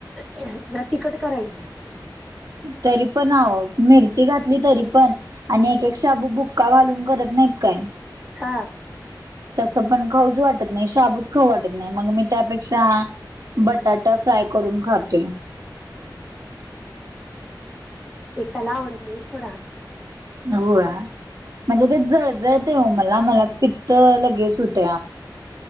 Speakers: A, in the centre; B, on the right.
A: जरा तिखट करायचं.?
B: तरी पण मिरची घातली तरी पण. आणि एक एक शाबू बुक्का घालून करत नाहीत काय?
A: हां
B: तसं पण खाऊच वाटत नाही शाबूच खाऊ वाटत नाही मग मी त्यापेक्षा. बटाटा फ्राय करून खाते.?
A: एकाला आवडत नाही सोडा.
B: हो म्हणजे ते जळजळते हो मला मला पित्त लगेच होतं.